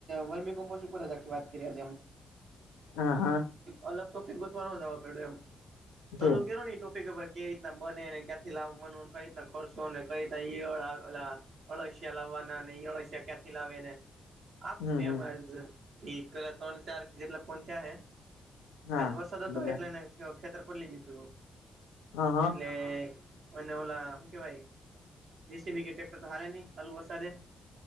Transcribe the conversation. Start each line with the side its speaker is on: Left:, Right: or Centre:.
Right: વર્મી કોમ્પો ઉપર જ- વાત કરીએ-
Left: હા હા.
Right: અલગ ટોપિક ગોતવાનો જવા પડ્યો એમ સર
Left: તે
Right: કેો ન ટોપિક ખબર કઈ રીતના બનેને ક્યાંથી લાવભ બનવ કઈ રીના ખર્શોને કઈ રીતના ળ આવે પેલા અળસિયા લાવવાના અળસિયા ક્યાંથી લાવે ને આખું
Left: હમ હમ
Right: એમજ કરલા ત્રણ ચાર જેટલા પહોંચ્યાજ
Left: હા
Right: વરસાદ હતો
Left: બધા
Right: એટલે કે ખેતર પલી ગયું તું
Left: હ હ
Right: એટલે એને ઓલા હમ કેવાય બી કે ટક્ટર તો હા ન ચાલુ વરસાે